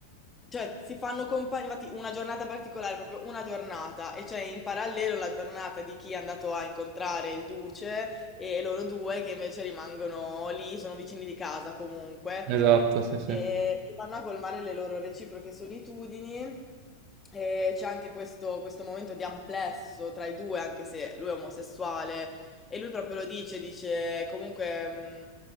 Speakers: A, on the left (about 15°); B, on the right (about 40°).
A: Cioè, si fanno compagni, infatti una giornata particolare, proprio una giornata, e cioè in parallelo la giornata di chi è andato a incontrare il duce e loro due che invece rimangono lì, sono vicini di casa comunque,
B: Esatto, sì, sì.
A: e,
B: Mm,
A: e vanno a colmare le loro reciproche solitudini. E c'è anche questo, questo momento di amplesso tra i due, anche se lui è omosessuale, e lui proprio lo dice, dice comunque... mh,